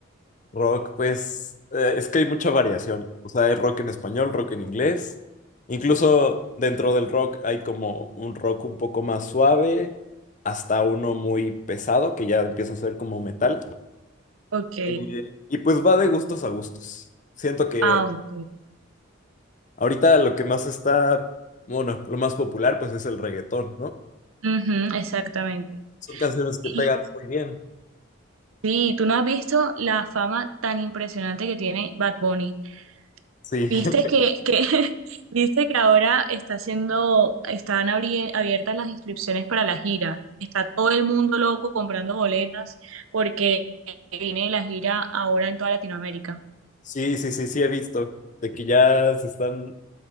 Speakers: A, on the left; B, on the right.
A: Rock, pues eh, es que hay mucha variación. O sea, hay rock en español, rock en inglés. Incluso dentro del rock hay como un rock un poco más suave, hasta uno muy pesado, que ya empieza a ser como metal.
B: Ok,
A: Eh, y pues va de gustos a gustos. Siento que
B: ah, ok.
A: ahorita lo que más está, bueno, lo más popular pues es el reggaetón, ¿no?
B: Ujú, exactamente.
A: Son canciones que
B: Y
A: pegan muy bien.
B: sí, ¿tú no has visto la fama tan impresionante que tiene Bad Bunny?
A: Sí,
B: Viste
A: <laughs>
B: que, que <laughs> viste que ahora está haciendo, están abri- abiertas las inscripciones para la gira. Está todo el mundo loco comprando boletas porque viene la gira ahora en toda Latinoamérica.
A: sí, sí, sí, sí he visto. De que ya se están